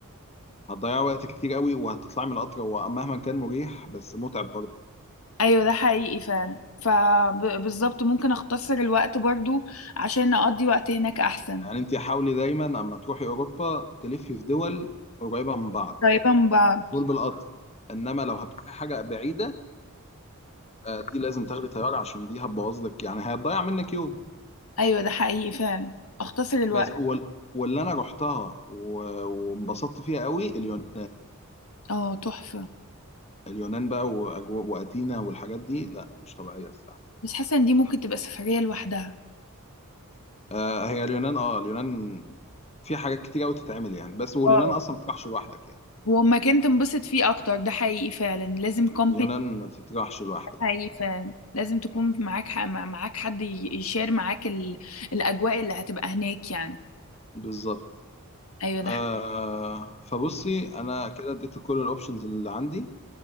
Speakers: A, on the left; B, on the left.
A: هتضيعي وقت كتير قوي وهتطلعي من القطر هو مهما كان مريح بس متعب برضه
B: ايوه ده حقيقي فعلا فبالظبط ممكن اختصر الوقت برضو عشان اقضي وقت هناك احسن
A: يعني انت حاولي دايما اما تروحي اوروبا تلفي في دول قريبه من بعض
B: قريبة من بعض
A: دول بالقطر انما لو هتروحي حاجه بعيده آه، دي لازم تاخدي طياره عشان دي هتبوظ لك يعني هتضيع منك يوم
B: ايوه ده حقيقي فعلا اختصر الوقت
A: بس وال... واللي انا رحتها و- وانبسطت فيها قوي اليونان
B: اه تحفة
A: اليونان بقى وأجو... واتينا والحاجات دي لا مش طبيعيه الصراحه
B: بس حاسة ان دي ممكن تبقى سفرية لوحدها
A: آه هي اليونان اه اليونان في حاجات كتير قوي تتعمل يعني بس واليونان
B: اه
A: اصلا ما تروحش لوحدك يعني
B: ومكان تنبسط فيه اكتر ده حقيقي فعلا لازم كومباني
A: اليونان ما تروحش لوحدك
B: ده حقيقي فعلا لازم تكون معاك ح- مع- معاك حد ي- يشير معاك ال... الاجواء اللي هتبقى هناك يعني
A: بالظبط
B: ايوه ده
A: آه
B: حقيقي.
A: فبصي انا كده اديت كل الاوبشنز اللي عندي